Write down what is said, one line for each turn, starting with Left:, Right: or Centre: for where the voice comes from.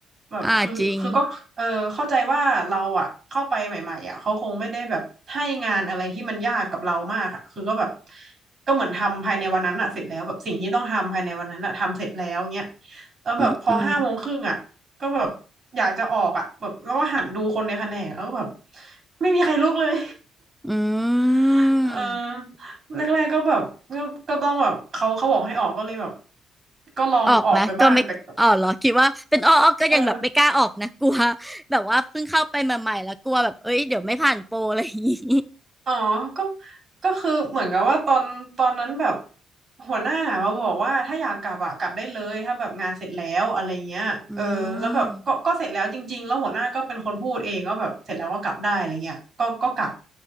Right: แบบคือคือก็เออเข้าใจว่าเราอ่ะเข้าไปใหม่ๆอ่ะเขาคงไม่ได้แบบให้งานอะไรที่มันยากกับเรามากอ่ะคือก็แบบ
Centre: อ่าจริง
Right: ก็เหมือนทำภายในวันนั้นอ่ะเสร็จแล้วแบบสิ่งที่ต้องทำภายในวันนั้นอ่ะทำเสร็จแล้วเงี้ยแล้วแบบพอห้าโมงครึ่งอ่ะ
Centre: อืมอืม
Right: ก็แบบอยากจะออกอ่ะแบบแล้วก็หันดูคนในแผนกแล้วก็แบบไม่มีใครลุกเลย
Centre: อืม
Right: <laughs> เออแรกๆก็แบบก็ก็ต้องแบบเขาเขาบอกให้ออกก็เลยแบบก็ลองออกไปบ้างแต่ก็
Centre: ออกไหมก็ไม่อ๋อเหรอคิดว่าเป็นอ้ออ้อก็ยังแบบไม่กล้าออกนะ
Right: เออ
Centre: <laughs> กลัวแบบว่าเพิ่งเข้าไปใหม่ๆแล้วกลัวแบบเอ้ยเดี๋ยวไม่ผ่านโปรอะไรอย่างงี้ <laughs>
Right: อ๋อก็ก็คือเหมือนกับว่าตอนตอนนั้นแบบหัวหน้ามาบอกว่าถ้าอยากกลับอะกลับได้เลยถ้าแบบงานเสร็จแล้วอะไรเงี้ยเออแล้วแบบก็ก็เสร็จแล้วจริงๆแล้วหัวหน้าก็เป็นคนพูดเองก็แบบเสร็จแล้วก็กลับได้อะไรเงี้ยก็ก็กลับ
Centre: อืม